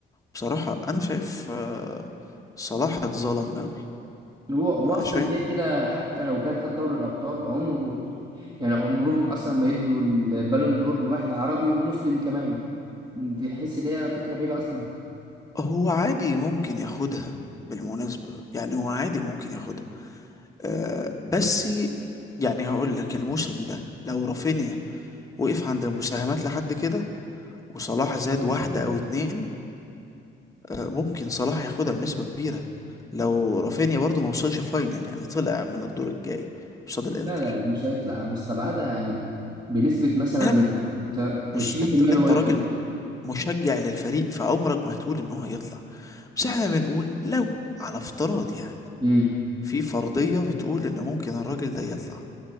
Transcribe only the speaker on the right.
هو هو
اصلا كده كده حتى لو كان خد دوري الابطال عمره يعني عمرهم اصلا ما يدوا البالون دور لواحد عربي ومسلم كمان دي حس ان هي فكره بعيده اصلا
لا لا لا مش هيطلع مستبعده يعني بنسبه مثلا
20%
اللي
هو يطلع
امم